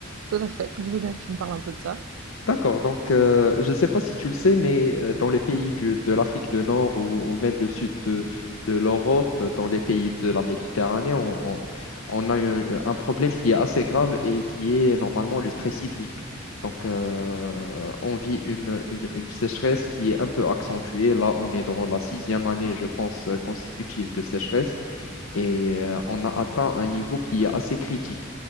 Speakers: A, on the right; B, on the left.
A: tout à fait. Je veux bien que tu me parles un peu de ça.
B: D'accord, donc euh, je ne sais pas si tu le sais, mais euh, dans les pays du- de l'Afrique du Nord ou, ou même le sud de, de l'Europe, dans les pays de la Méditerranée, on, on- on a eu un problème qui est assez grave et qui est normalement le stress hydrique. Donc euh, on vit une, une- une sécheresse qui est un peu accentuée. Là, on est dans la sixième année, je pense, consécutive de sécheresse et euh, on a atteint un niveau qui est assez critique.